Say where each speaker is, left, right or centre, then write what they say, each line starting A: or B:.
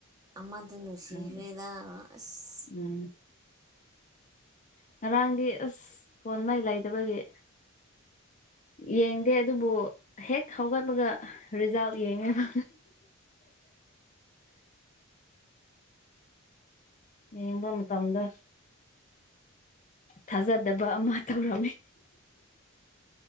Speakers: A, on the right (about 15°); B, on the left (about 35°).
A: ꯑꯃꯗꯨ ꯅꯨꯡꯁꯤꯈ꯭ꯔꯦꯗ
B: ꯈꯪꯗꯦ
A: ꯑꯁ
B: ꯎꯝ ꯉꯔꯥꯡꯗꯤ ꯑꯁ ꯀꯣꯟ ꯃꯩ ꯂꯩꯗꯕꯒꯤ ꯌꯦꯡꯗꯦ ꯑꯗꯨꯕꯨ ꯍꯦꯛ ꯍꯧꯒꯠꯄꯒ ꯔꯤꯖꯥꯜꯠ ꯌꯦꯡꯉꯦꯕ ꯌꯦꯡꯕ ꯃꯇꯝꯗ ꯊꯥꯖꯗꯕ ꯑꯃ ꯇꯧꯔꯝꯃꯤ